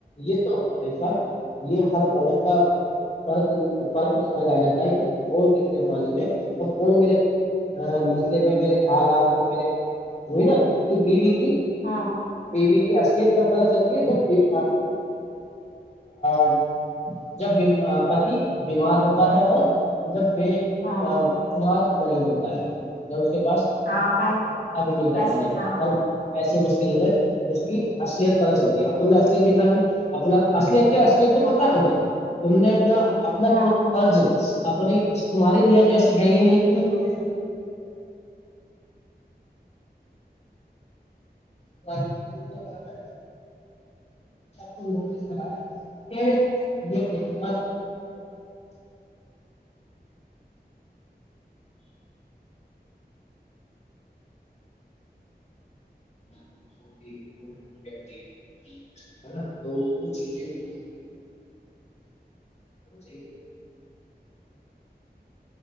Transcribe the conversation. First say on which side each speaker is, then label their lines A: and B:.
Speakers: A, on the left; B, on the left.
A: یہ تو سب یہ ہر عورت کا فرق فرق سمجھ آ جاتا ہے کہ کون کتنے پانی میں اور کون میرے مسئلے میں میرے حالات میں میرے ہوئی نا کہ بیوی
B: ہوں
A: بیوی کی اصلیت کب <unintelligible> پ ستی <unintelligible> جب پتی بیمار ہوتا ہے اور جب پ
B: ہوں
A: شمار غریبوں <unintelligible> ہے <unintelligible> کے پاس
B: ہاں خیر
A: ابھی نہیں ہوتا
B: بس
A: کھانا
B: ہاں
A: اور ایسی مشکل میں اس کی اصلیت پت چلتی اب تم نے اصلیت دکھا دی اپنا اصلیت کیا تو پتا
B: ہوں
A: ہے انیں تم نے اپنا <unintelligible> اپنا
B: ہوں
A: پورا فرض آ نہیں تمہاری نیت ایسی ہے ہی نہیں کہ میں دو ج تنا فرم ہےنا تو نوٹ کرا ہے کہ یہ دیکھنا خوبصورتیٹٹ کے بری ہے نا تو وہ چیزیں بھی دیک گئی